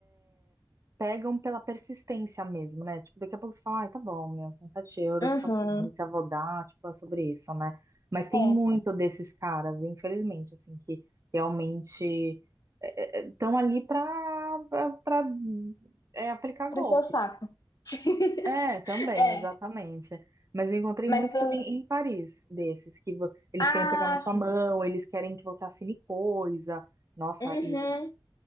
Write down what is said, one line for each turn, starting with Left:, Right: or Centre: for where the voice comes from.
Right: pegam pela persistência mesmo, né? Tipo, daqui a pouco você fala, ai, tá bom, meu, são sete euros,
Left: uhum,
Right: paciência, vou dar, tipo, é sobre isso, né? Mas tem
Left: é,
Right: muito desses caras, infelizmente, assim, que realmente estão ali pra, pra, pra, é, aplicar
Left: pra
Right: golpe.
Left: encher o saco. <laughs>
Right: É, também,
Left: É,
Right: exatamente. Mas eu encontrei
Left: mas
Right: muito
Left: pelo,
Right: também em Paris, desses, que vo- eles
Left: ah,
Right: querem pegar na sua
Left: sim,
Right: mão, eles querem que você assine coisa. Nossa,
Left: uhum,
Right: e